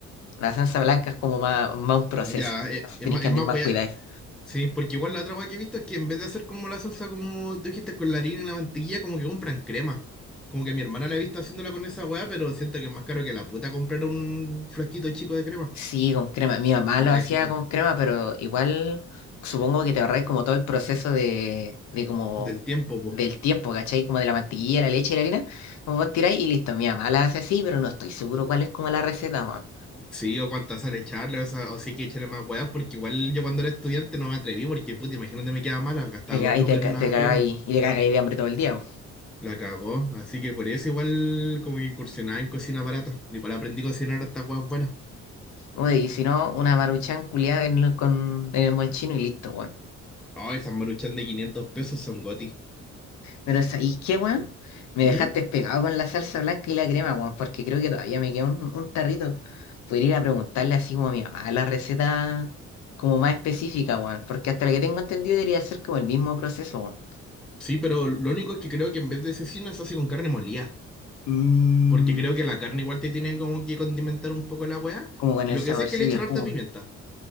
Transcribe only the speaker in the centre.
Ya, e-
es,
más,
es
más
wea-
Sí, porque igual la otra wea que he visto es que en vez de hacer como la salsa, como tú dijiste, con la harina y la mantequilla, como que compran crema. Como que mi hermana la he visto haciéndola con esa wea, pero siento que es más caro que la puta comprar un frasquito chico de crema.
Una
cajita.
Del tiempo, po.
Sí, o cuántas sale echarle, o sea, o sí hay que echarle más weas, porque igual yo cuando era estudiante no me atreví, porque puta, imagínate me quedaba mala, gastaba
dos lucas
en
una
crema,
la cagó, así que por eso igual como que incursionaba en cocina barata, igual aprendí a cocinar hasta weas buenas.
Ay, esas maruchan de 500 pesos son goti.
¿Mm?
Sí, pero lo único es que creo que en vez de cecina se hace con carne molida,
porque creo que la carne igual te tiene como que condimentar un poco la wea,
y
lo
que sé es que le echan
harta pimienta.